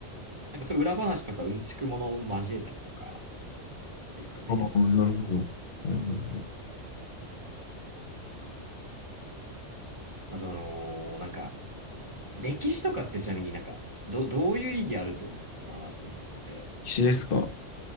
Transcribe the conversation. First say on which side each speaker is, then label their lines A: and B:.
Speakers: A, on the right (about 25°); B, on the left (about 50°).
A: なんかそういう裏話とかうんちくものを交えたりとかですかね、
B: ああなるほど。
A: やるとしたら。な
B: うんうんうん、
A: んかまあ、その、なんか、歴史とかってちなみになんか、ど、どういう意義あると思います学ぶのって
B: 必死ですか